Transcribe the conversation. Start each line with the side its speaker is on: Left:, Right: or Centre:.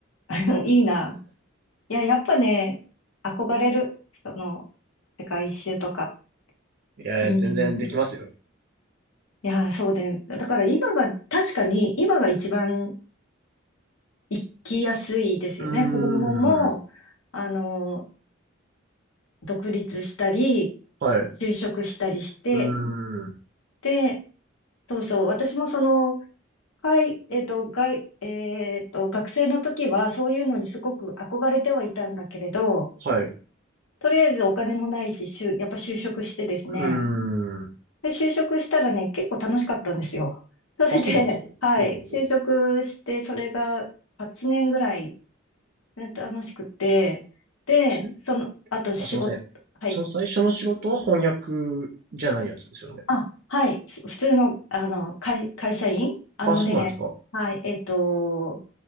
Left: <laughs> いいな。いや、やっぱね、憧れる。その、世界一周とか。
Right: いやいや、
Left: うん。
Right: 全然できますよ。
Left: いや、そうで、だから今が、確かに今が一番行きやすいですよね。
Right: うーん。
Left: 子供もも、あの、独立したり、
Right: はい。う
Left: 就職したりして、
Right: ーん。
Left: で、そうそう、私もその、はい、えっと、がい、えっと、学生の時はそういうのにすごく憧れてはいたんだけれど、
Right: はい。
Left: とりあえずお金もないし、しゅ、やっぱ就職してですね。
Right: うーん。
Left: で、就職したらね、結構楽しかったんですよ。それで、
Right: あ、そうなんですよ。
Left: <laughs> はい、
Right: ほうほうほう。
Left: 就職して、それが8年ぐらいなんか楽しくて、で、
Right: し
Left: その、あと仕事、
Right: あ、すいません。
Left: はい、
Right: その最初の仕事は翻訳じゃないやつですよね。
Left: あ、はい、す普通の、あの、会、会社員あのね、
Right: あ、そうなんですか。
Left: はい、えっと、